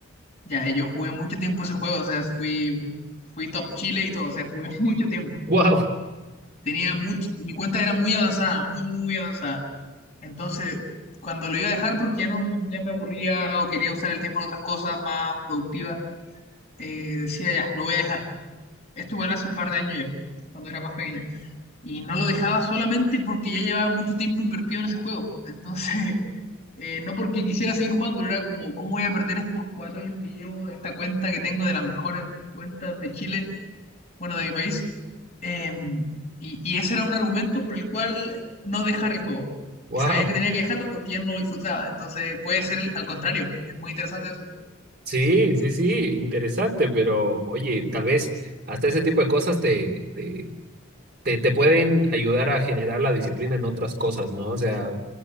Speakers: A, on the left; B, on the right.
A: Ya, yo jugué mucho tiempo ese juego, o sea, fui, fui top Chile y todo, o sea, jugué <laughs> mucho tiempo.
B: Wow,
A: tenía mucho, mi cuenta era muy avanzada, muy, muy avanzada. Entonces, cuando lo iba a dejar porque ya no me- ya me aburría o quería usar el tiempo en otras cosas más productivas, eh, decía ya, lo voy a dejar. Esto igual hace un par de años ya, cuando era más pequeño. Y no lo dejaba solamente porque ya llevaba mucho tiempo invertido en ese juego. Entonces, <laughs> eh, no porque quisiera seguir jugando, era como, ¿cómo voy a perder estos cuatro años que llevo, esta cuenta que tengo de las mejores cuentas de Chile? bueno, de mi país. Eh, y, y ese era un argumento por el cual no dejar el juego.
B: wow.
A: Y sabía que tenía que dejarlo porque ya no lo disfrutaba. Entonces puede ser el- al contrario. Es muy interesante eso.
B: Sí, sí, sí, interesante, pero oye, tal vez hasta ese tipo de cosas te, te, te, te pueden ayudar a generar la disciplina en otras cosas, ¿no? O sea,